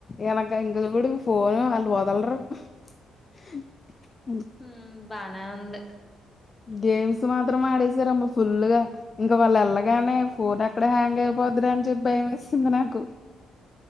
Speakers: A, on the left (about 35°); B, on the left (about 20°).
A: ఎనక <unintelligible> ఫోనూ అంటు వొదల్రు. <inaudible>
B: మ్మ్ బానే ఉంది.
A: గేమ్స్ మాత్రం ఆడేసారమ్మ ఫుల్లుగా ఇంక వాళ్లేళ్లగానే ఫోన్ ఎక్కడ హ్యాంగ్ అయిపో ద్ధిరా అని చెప్పి భయం ఏస్తుంది నాకు.